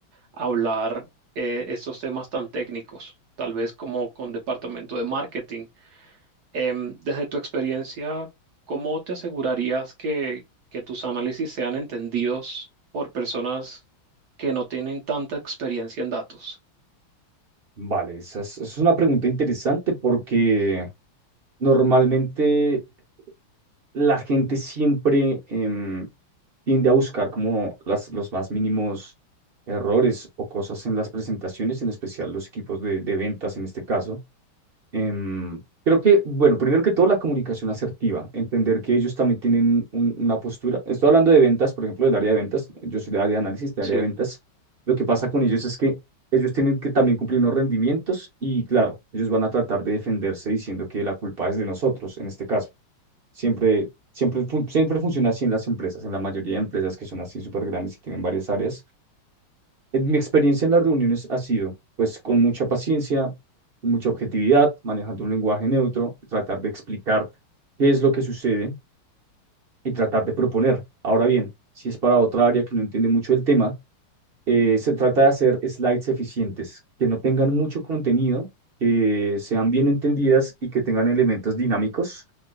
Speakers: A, on the right; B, on the right.
A: a hablar eh, estos temas tan técnicos, tal vez como con departamento de marketing Em, desde tu experiencia, ¿cómo te asegurarías que, que tus análisis sean entendidos por personas que no tienen tanta experiencia en datos?
B: Vale, esa es, esa es una pregunta interesante porque normalmente la gente siempre em, tiende a buscar como las, los más mínimos errores o cosas en las presentaciones, en especial los equipos de de ventas en este caso Em, creo que, bueno, primero que todo la comunicación asertiva, entender que ellos también tienen un- una postura. Estoy hablando de ventas, por ejemplo, del área de ventas. Yo soy del área de análisis, del
A: Sí.
B: área de ventas. Lo que pasa con ellos es que ellos tienen que también cumplir unos rendimientos y, claro, ellos van a tratar de defenderse diciendo que la culpa es de nosotros, en este caso. Siempre, siempre, fun- siempre funciona así en las empresas, en la mayoría de empresas que son así súper grandes y tienen varias áreas en Mi experiencia en las reuniones ha sido, pues, con mucha paciencia, con mucha objetividad, manejando un lenguaje neutro, tratar de explicar qué es lo que sucede y tratar de proponer. Ahora bien, si es para otra área que no entiende mucho el tema, eh, se trata de hacer slides eficientes, que no tengan mucho contenido, que sean bien entendidas y que tengan elementos dinámicos